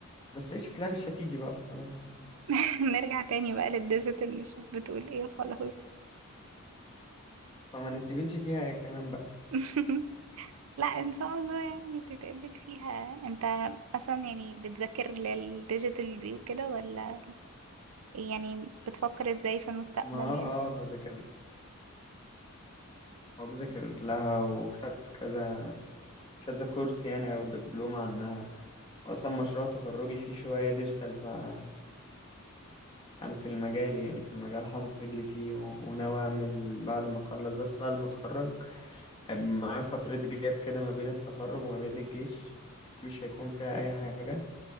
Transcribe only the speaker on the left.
بس هي شكلها مش هتيجي بقى فخلاص يعني
فما نتقبلش فيها يا كمان بقى
ما اه
اه بذاكر لها او بذاكر لها وخدت كذا كذا كورس يعني او دبلوم عنها اصلا مشروع تخرجي فيه شوية ديجيتال فانا انا في المجال يعني في المجال حاطط رجلي فيه و- وناوي اعمل بعد ما اخلص بس بعد ما اتخرج هيبقى معايا فترة جاب كده ما بين التخرج وما بين الجيش دي مش هيكون فيها اي حاجة